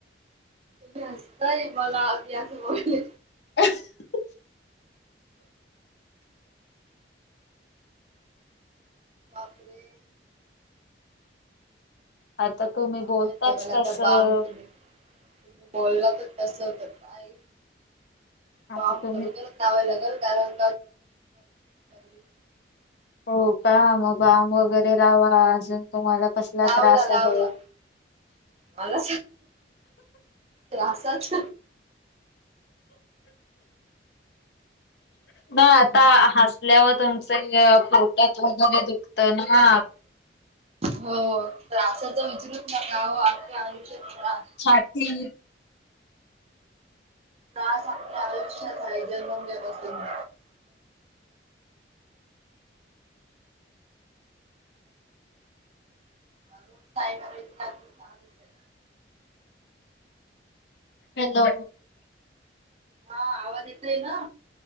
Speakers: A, on the right; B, on the left.
A: तुम्ही हासताय मला अग असं बघून.
B: <unintelligible>
A: बापरे.
B: आता तुम्ही
A: लावायच
B: बोलताच
A: लागेल आता
B: तसं.
A: बाम. तुम्ही बोलला तर तसं कर काय.
B: आता
A: काम
B: तुम्ही
A: करू तर <unintelligible>
B: हो का. मग बाम वगैरे लावा, अजून तुम्हाला कसला
A: लावला,
B: त्रास
A: लावला,
B: आहे.
A: मला तर असाच.
B: ना आता हसल्यावर, तुमचे पोटात वगैरे दुखत ना.
A: हो तर असं तर विचारूच नका हो, आख्या आयुष्यात
B: छाती
A: <unintelligible> रोज काय करायचं, आजून ना. चालूच आहे.
B: हॅलो.
A: हा, आवाज येतय ना.